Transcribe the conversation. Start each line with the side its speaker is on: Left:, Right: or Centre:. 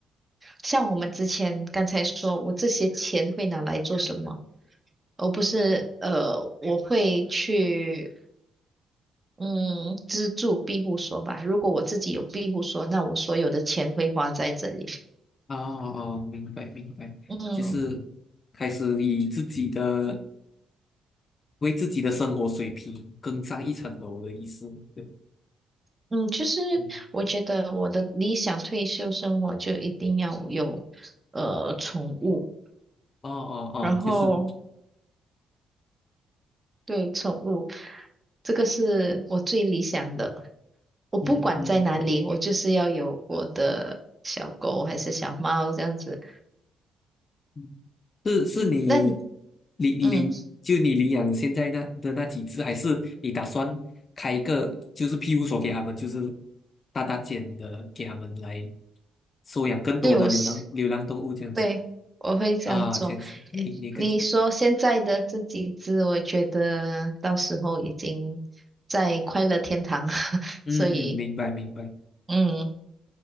Right: 像我们之前刚才说，我这些钱会拿来做什么？而不是呃，我会去嗯资助庇护所吧。如果我自己有庇护所，那我所有的钱会花在这里。
Left: 哦哦，明白明白，
Right: 嗯
Left: 就是开始以自己的。为自己的生活水平更上一层楼的意思，对吧？
Right: 嗯，就是
Left: 嗯，
Right: 我觉得我的理想退休生活就一定要有呃宠物，
Left: 哦哦哦，
Right: 然后
Left: 就是，
Right: 对宠物，这个是我最理想的。我不管在哪里，
Left: 嗯嗯，
Right: 我就是要有我的小狗还是小猫这样子。
Left: 嗯是是你
Right: 那你，
Left: 领领就你领养现在那的那几只，
Right: 嗯，
Left: 还是你打算开一个就是庇护所给他们，就是大大间的给他们来收养更多的流浪流浪动物这样子
Right: 对，我是，对，我会这样做。
Left: 啊，这样子，你你更
Right: 你说现在的这几只，我觉得到时候已经在快乐天堂了，<laughs>
Left: 嗯嗯，
Right: 所以，
Left: 明白明白，
Right: 嗯，